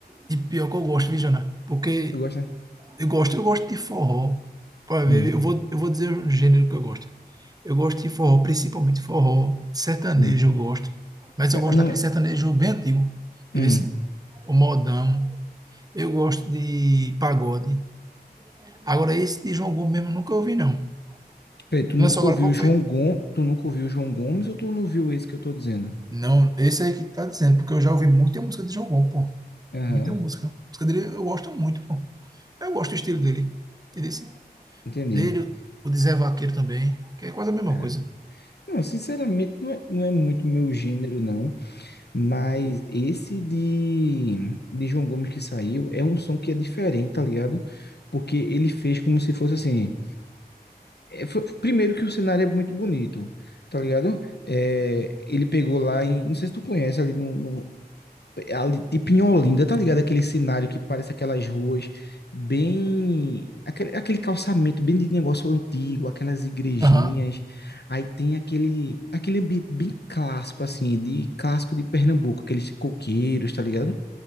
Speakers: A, on the right; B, on the left.
A: e pior que eu gosto, viu, Jana? Porque
B: Tu gosta?
A: eu gosto, eu gosto de forró. Pra ver,
B: Hum,
A: eu vou, eu vou dizer o gênero que eu gosto. Eu gosto de forró, principalmente forró. Sertanejo
B: hum.
A: eu gosto. Mas
B: Ca-
A: eu gosto
B: Não,
A: daquele sertanejo bem antigo. Entendeu?
B: hum.
A: assim? O modão. Eu gosto de pagode. Agora, esse de João Gomes mesmo eu nunca ouvi, não.
B: Peraí, tu nunca
A: Lançou agora
B: ouviu
A: há pouco,
B: João
A: foi?
B: Gomes, tu nunca ouviu João Gomes ou tu não viu esse que eu tô dizendo?
A: Não, esse aí que tá dizendo, porque eu já ouvi muita música de João Bom, pô.
B: Aham,
A: Muita música. A música dele eu gosto muito, pô. Eu gosto do estilo dele. E desse,
B: entendi.
A: dele, o de Zé Vaqueiro também, que é quase a mesma
B: É.
A: coisa.
B: Não, sinceramente, não é, não é muito meu gênero, não. Mas esse de, de João Gomes que saiu é um som que é diferente, tá ligado? Porque ele fez como se fosse assim. é, foi- primeiro que o cenário é muito bonito, tá ligado? É, ele pegou lá em. Não sei se tu conhece ali no, É ali, tipo em Olinda, tá ligado? Aquele cenário que parece aquelas ruas bem. Aquele, aquele calçamento bem de negócio antigo, aquelas igrejinhas.
A: Aham.
B: Aí tem aquele, aquele ambiente bem clássico, assim, de clássico de Pernambuco, aqueles coqueiros, tá ligado?